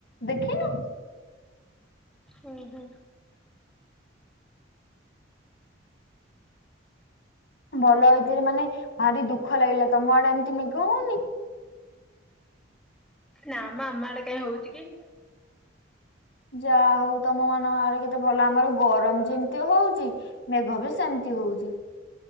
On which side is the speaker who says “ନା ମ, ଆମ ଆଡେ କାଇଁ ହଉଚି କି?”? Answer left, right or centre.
Centre